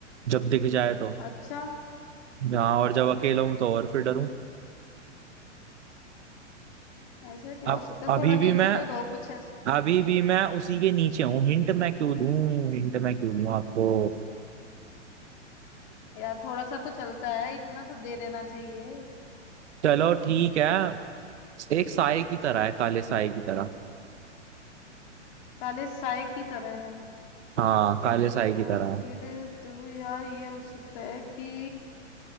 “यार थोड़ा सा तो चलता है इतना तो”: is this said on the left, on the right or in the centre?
Left